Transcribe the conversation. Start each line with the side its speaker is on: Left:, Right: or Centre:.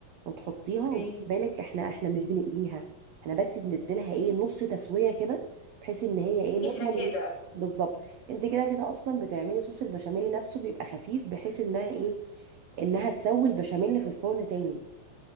Right: وتحطيها
Left: اوكي
Right: وخدي بالك احنا احنا مش بنقليها احنا بس بنديلها ايه نص تسوية كده بحيث ان هي ايه
Left: ريحة
Right: نضمن
Left: كده
Right: إن- بالظبط انت كده كده اصلا بتعملي صوص البشاميل نفسه بيبقى خفيف بحيث انها ايه انها تسوي
Left: مم.
Right: البشاميل في الفرن تاني